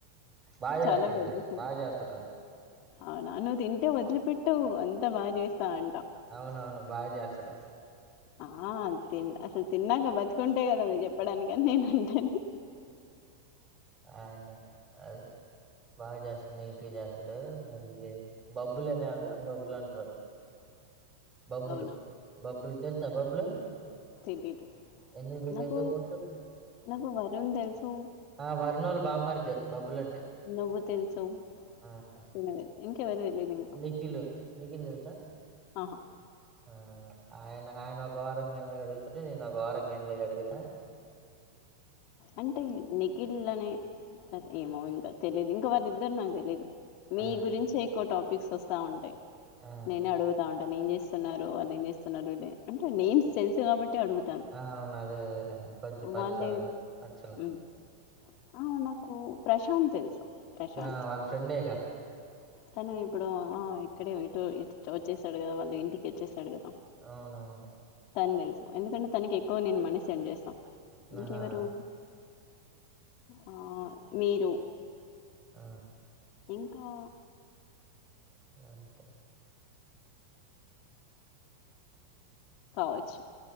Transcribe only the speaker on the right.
బాగా
చేస్తర్లే
బాగా చేస్తరు ఆళ్ళు.
అవునవును బాగా చేస్తాడు.
ఆయన అది బాగా చేస్ నీటిగా చేస్తాడు మ ఇ బబ్బులనే ఒక ఇంగో పిల్లాడుంటరు. బబ్బులు
బబ్బులు తెలుసా బబ్బులు
ఎందుకు తెలియదు
ఉంటుం
ఆ వర్నోల్ల బామ్మరిదే బబ్బులు అంటే.
ఆహా
నిఖిల్ నిఖిల్ తెలుసా.
ఆ ఆయన ఆయన ఒక వారం గిన్నెలు కడుగుతాడు, నేను ఒక వారం గిన్నెలు కడుగుతా.
ఆ!
ఆ!
ఆ అవును అదే అదే లే కొంచెం పరిచయం
<inaudible> పరిచెలెక్క
యా వాళ్ళ ఫ్రెండే గా
అవునవును
ఆహా!
ఆ
అంతే